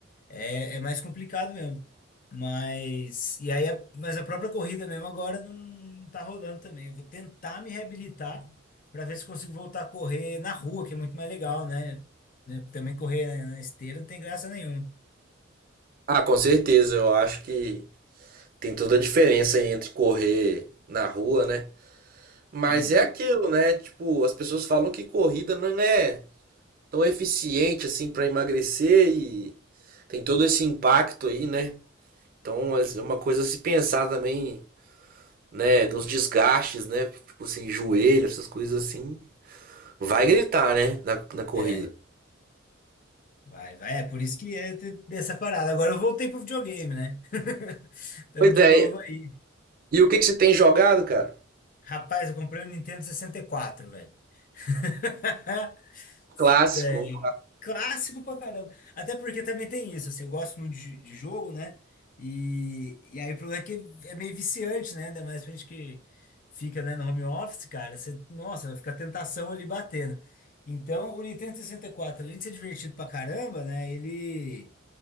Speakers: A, on the left (about 40°); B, on the right (about 45°).
A: é, é mais complicado mesmo. Mas, e aí, a- mas a própria corrida mesmo agora não, não tá rolando também. Eu vou tentar me reabilitar para ver se consigo voltar a correr na rua, que é muito mais legal, né? Né? Também correr na na esteira não tem graça nenhuma.
B: Ah, com certeza, eu acho que Tem toda a diferença entre correr na rua, né? Mas
A: Hum,
B: é aquilo, né? Tipo, as pessoas falam que corrida não é tão eficiente assim para emagrecer e tem todo esse impacto aí, né? Então é uma coisa a se pensar também, né? Dos desgastes, né? Tipo assim, joelho, essas coisas assim. Vai gritar, né? Na, na corrida.
A: é, vai, vai. É por isso que é ter- dessa parada. Agora eu voltei pro videogame, né? <laughs> Então,
B: Pois
A: de
B: é.
A: novo aí.
B: E o que que você tem jogado, cara?
A: Rapaz, eu comprei o Nintendo 64, velho. <laughs>
B: Clássico.
A: Tem. Clássico pra caramba. Até porque também tem isso, assim, eu gosto muito de, de jogo, né? E, e aí o problema é que é meio viciante, né? Ainda mais pra gente que fica, né, no home office, cara. Você, nossa, fica a tentação ali batendo. Então, o Nintendo 64, além de ser divertido pra caramba, né? Ele,